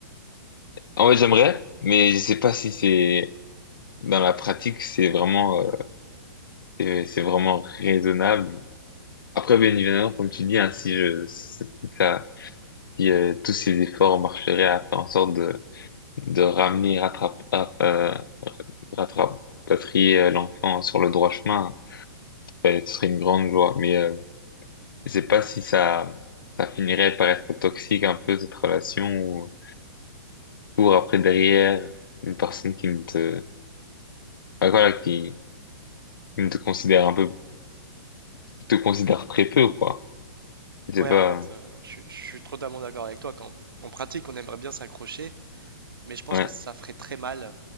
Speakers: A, on the left (about 70°); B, on the right (about 80°).
A: En fait, j'aimerais, mais je sais pas si c'est dans la pratique, c'est vraiment, euh, c'est c'est vraiment raisonnable. Après, bien évidemment, comme tu dis, hein, si je, si ça, si, euh, tous ces efforts marcheraient à faire en sorte de, de ramener, rattrape, à- euh, rattrape, rapatrier euh, l'enfant sur le droit chemin, ben, ce serait une grande joie. Mais euh, je sais pas si ça, ça finirait par être toxique un peu cette relation ou pour après derrière une personne qui ne te, ben, voilà, qui qui ne te considère un peu te considères très peu, ou quoi. Je sais
B: Ouais,
A: pas.
B: en fait, euh, je, suis je suis totalement d'accord avec toi. Quand, en pratique, on aimerait bien s'accrocher, mais je pense
A: Ouais,
B: que ça ferait très mal.